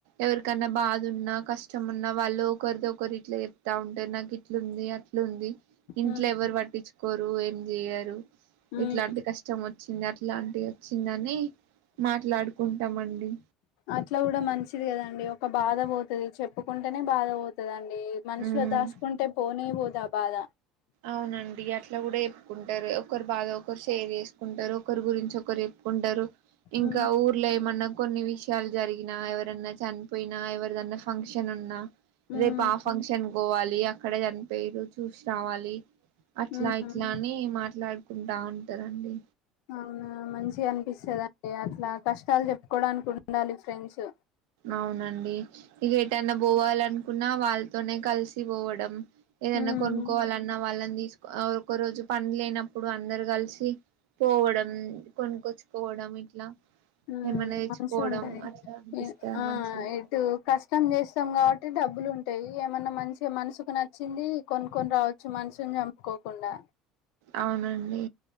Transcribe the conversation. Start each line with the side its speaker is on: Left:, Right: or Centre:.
Right: ఎవరికన్నా బాధున్నా కష్ చమున్నా వాళ్లు ఒకర్దొకరు ఇట్ల ఎ తా ఉంటే నాక్ ఇట్లుందీ అట్ లుంది ఇంట్లో
Left: ఉమ్
Right: ఎవరు వట్టిచ్ కొరు ఏం జేయరు
Left: ఉమ్
Right: ఇట్లాంటి కష్టం వచ్చింది అట్లాంటి ఒచ్చిందని మాట్లాడుకుంటం అండి
Left: అట్లా గూడా మంచిది గదండి ఒక బాధ పోతది, చెప్పుకుంటేనే బాధ వోతది అన్. మనుసులో
Right: ఉమ్
Left: దాసుకుంటే పోనే బోదు గా బాధ
Right: అవునండి అట్ ట్ల గూడా ఏ ఉంటరు ఒకరు బాధ ఒకరు షేర్ చేసుకుంటరు, ఒకరు గురించి ఒకరు చెప్పుకుంటరు. ఇంక
Left: ఉమ్
Right: ఊర్లో ఏమన్న కొన్ని విషయాలు జరిగినా, ఎవరన్నా చనిపోయినా, ఎవరిదన్నా ఫంక్షన్ ఉన్నా.
Left: ఉమ్
Right: రేపు ఆ ఫంక్షన్ కోవాలి అ కడ చనిపోయిరు చూసి రా కీ అట్లా
Left: ఉమ్
Right: ఇట్లా అని మాట్లాడుకుంటా ఉన్ తరండి
Left: అవునా మంచి చి అనిపిస్తదండి అట్లా కష్టాలు జ కోడానికి ఉండాలి ఫ్రెండ్స్
Right: అవునండి ఇగ ఎటన్నా బోవాలనుకున్నా వాళ్ తొనే కల్సి వోవడ్ డం ఏదన్నా
Left: ఉమ్
Right: కొనుక్కోవాలన్న వాళ్ళని తీసుకో ఒక రోజు పనీ లేనప్పుడు అందరు కలిసి పోవడం కొనుకొచ్చుకోవడం ఇట్లా
Left: ఊమ్
Right: ఏమైనా తెచ్చుకోవడం
Left: మంచిగ ఉంటది
Right: అట్లా అనిపిస్తది
Left: ఎ ఆ
Right: మంచిగా ఉంటది
Left: ఎటూ కష్టం జె ఏస్సం కాబట్టి డబ్బులు ఉంటయి. ఏమన్నా మంచి మనసుకు నచ్చింది కొనుకొని రావచ్చు, మనసుని చంపుకోకుండా.
Right: అవునండి